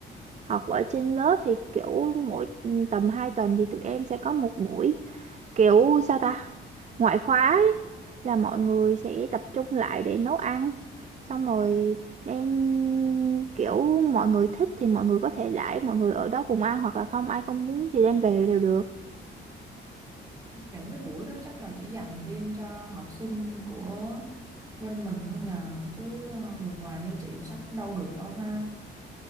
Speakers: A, on the right (about 35°); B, on the right (about 15°).
A: học ở trên lớp thì kiểu mỗi tầm 2 tuần thì tụi em sẽ có một buổi kiểu sao ta ngoại khóa ấy, là mọi người sẽ tập trung lại để nấu ăn xong rồi đem kiểu mọi người thích thì mọi người có thể đãi mọi người ở đó cùng ăn hoặc là không ai không muốn thì đem về đều được
B: những cái buổi đó chắc là chỉ dành riêng cho học sinh của bên mình thôi nhờ chứ ờ, người ngoài như chị chắc đâu được đâu ha